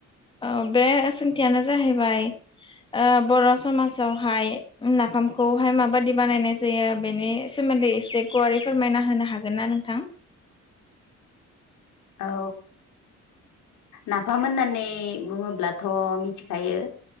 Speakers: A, on the left; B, on the left.
A: औ बे सोंथियानो जाहैबाय ओ बर'समाज हाय नाफामखौहाय माबायदि बानायनाय जायो बेनि सोमोन्दै एसे गुवारै फोरमायना होनो हागोन ना नोंथां?
B: औ, नाफाम होननानै बुङोब्लाथ मिथिखायो